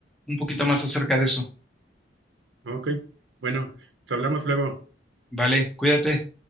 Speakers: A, in the centre; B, on the right.
A: un poquito más acerca de eso.
B: Ok, bueno, te hablamos luego.
A: Vale, cuídate.